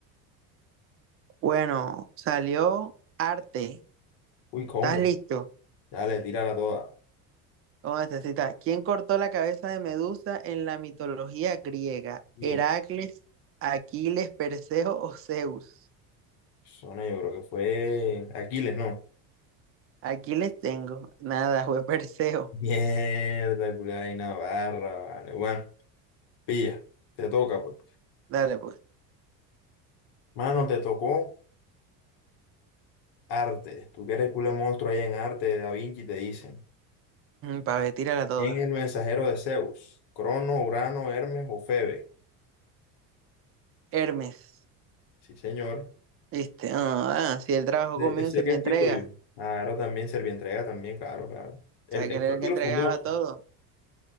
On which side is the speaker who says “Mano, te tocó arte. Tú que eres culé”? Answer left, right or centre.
Left